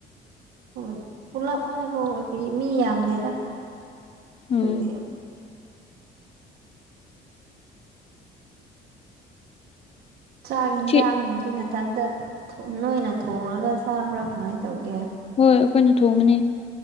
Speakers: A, on the right; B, on the left.
A: ꯍꯣꯏ ꯄꯨꯜꯂꯞ ꯍꯥꯏꯕꯕꯨ ꯑꯩꯈꯣꯏ ꯃꯤ ꯌꯥꯝꯗꯦꯗ
B: ꯎꯝ
A: ꯈꯣꯏꯗꯤ ꯆꯥꯛ ꯌꯦꯟꯁꯥꯡꯒꯨꯝꯗꯤ
B: ꯁꯤ
A: ꯅꯊꯟꯇ ꯅꯣꯏꯅ ꯊꯣꯡꯉꯒ ꯆꯥꯕ꯭ꯔꯥ ꯀꯃꯥꯏ ꯇꯧꯒꯦ
B: ꯍꯣꯏ ꯑꯩꯈꯣꯏꯅ ꯊꯣꯡꯕꯅꯤ